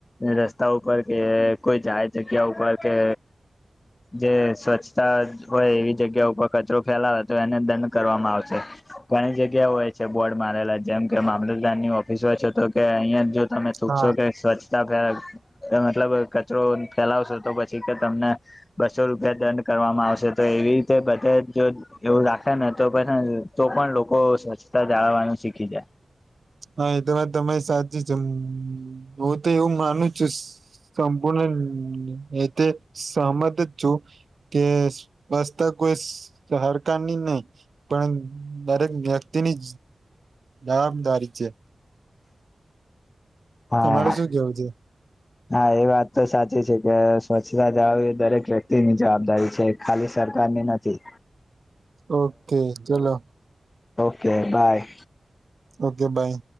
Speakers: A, on the left; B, on the right.
A: રસ્તા ઉપર કે કોઈ જાય જગ્યા ઉપર કે જે સ્વચ્છતા હોય એવી જગ્યા ઉપર કચરો ફેલા તો એને દંડ કરવામાં આવશે ઘણી જગ્યા ્યા હોય છે બોર્ડ મારેલા જેમ કે મામલતદાર ની ઓફિસ હોય છે તો કે અહિયાં જો તમે ચૂકશો
B: હા
A: કે સ્વચ્છતા મતલબ કચરો ફેલાવશેો તો પછી કે તમને બસો રૂપિયા દંડ કરવામાં આવશે તો એવી રીતે બધા જો એવું રાખે ને તો પછી તો પણ લોકો સ્વચ્છતા જાળવવાનું શીખી જાય
B: હા એ તો તમારી સાચી છે હું તો એવું માનું છુ સંપૂર્ણ એતે સહમત જ છુ કે પસ્તક સરકારની નહી પણ દરેક વ્યક્તિની આમ ધારી છેે
A: હા
B: તમારે શું કેવું છે
A: હા એ વાત તો સાચી છે કે સ્વચ્છતા જવા એ દરેક વ્યક્તિ ની જવાબદારી છે ખાલી સરકારની નથી
B: ઓકે ચલો
A: ઓકે બાય
B: ઓકે બાય